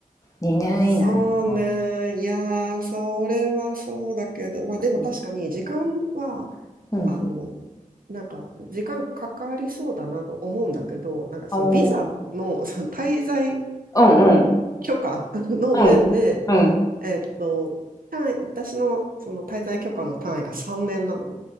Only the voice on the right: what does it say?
そうね。いやー、それはそうだけど、まあでも確かに時間は、
あの、なんか時間かかりそうだなと思うんだけど、なんかそのビザの、
<laughs> その滞在
許可 <laughs> の面で、
えっと、単位、私のその滞在許可の単位が3年なのね。